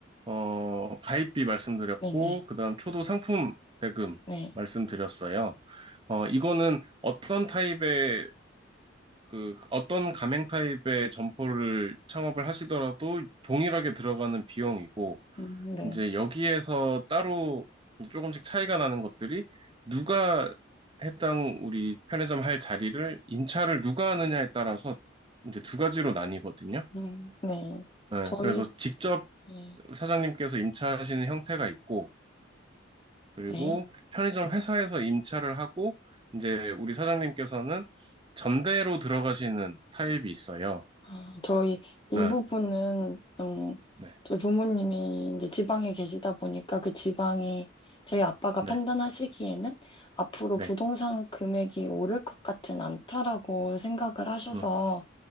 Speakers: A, on the right (about 25°); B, on the left (about 25°).
A: 어 가입비 말씀드렸고
B: 네네.
A: 그다음 초도 상품 대금
B: 네.
A: 말씀드렸어요. 어, 이거는 어떤 타입의 그 어떤 가맹 타입의 점포를 창업을 하시더라도 동일하게 들어가는 비용이고
B: 음, 네.
A: 이제 여기에서 따로 이제 조금씩 차이가 나는 것들이 누가 해당 우리 편의점 할 자리를 임차를 누가 하느냐에 따라서 이제 두 가지로 나뉘거든요.
B: 음, 네.
A: 네,
B: 저희,
A: 그래서 직접
B: 네.
A: 사장님께서 임차하시는 형태가 있고 그리고
B: 네.
A: 편의점 회사에서 임차를 하고 이제 우리 사장님께서는 전대로 들어가시는 타입이 있어요.
B: 아, 저희 이
A: 아,
B: 부분은 음,
A: 네,
B: 저희 부모님이 이제 지방에 계시다 보니까 그 지방이 저희 아빠가
A: 네,
B: 판단하시기에는 앞으로
A: 네.
B: 부동산 금액이 오를 것 같진 않다라고 생각을 하셔서
A: 음,